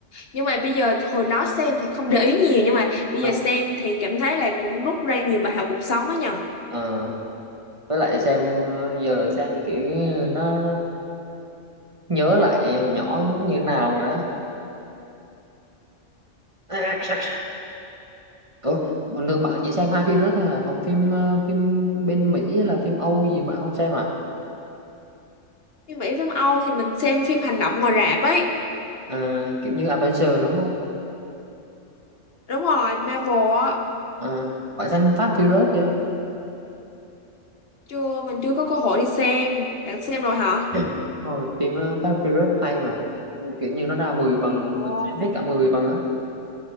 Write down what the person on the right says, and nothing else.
Ờ,
ờ, với lại xem giờ xem kiểu nó nhớ lại hồi nhỏ như thế nào rồi á <coughs> Ủa, bình thường bạn chỉ
xem hai phim đó thôi à còn phim ờ, phim bên Mỹ là phim Âu gì bạn không xem à,
à kiểu như Avengers đúng không
à, bạn xem Fast Furious chưa
dạ rồi phim nó Fast and Furious hay mà kiểu như nó ra 10 phần
mình xem hết cả 10 phần á